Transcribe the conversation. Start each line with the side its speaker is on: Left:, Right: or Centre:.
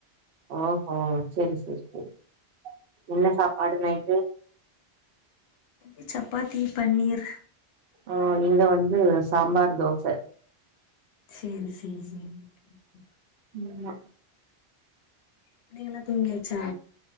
Right: ஓஹோ செரி செரி செரி என்ன சாப்பாடு நைட்டு
Left: இது சப்பாத்தி பன்னீர்
Right: ஓ இங்க வந்து சாம்பார் தோச
Left: சேரி சேரி சேரி ஓகே ஓகே
Right: ம் மா
Left: பிள்ளைங்கல்லா தூங்கியாச்சா